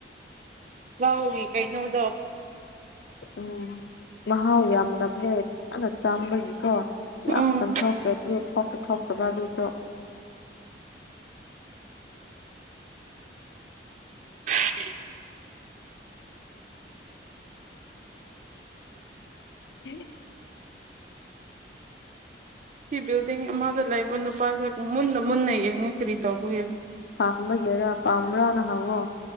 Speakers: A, on the right; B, on the left.
A: ꯂꯎꯒꯤ ꯀꯩ ꯅꯗ
B: ꯎꯝ ꯃꯍꯥꯎ ꯌꯥꯝ ꯅꯝꯅꯦ ꯑꯣꯏ ꯌꯥꯝꯅ ꯆꯥꯝꯕꯒꯤꯀꯣ ꯌꯥꯝ
A: ꯎꯝ
B: ꯆꯝꯊꯣꯛꯄ꯭ꯔꯦ ꯊꯀꯗꯥ ꯑꯗꯨ ꯆ
A: <unintelligible>
B: ꯎꯝ
A: ꯁꯤ ꯕꯤꯜꯗꯤꯡ ꯑꯃꯗ ꯂꯩꯕ ꯅꯨꯄꯥꯒ ꯃꯨꯟꯅ ꯃꯨꯟꯅ ꯌꯦꯡꯉ ꯀꯔꯤ ꯇꯧꯕꯒ
B: ꯄꯝꯕ ꯀꯦꯔ ꯄꯥꯝꯕꯔꯅ ꯍꯥꯡꯉꯣ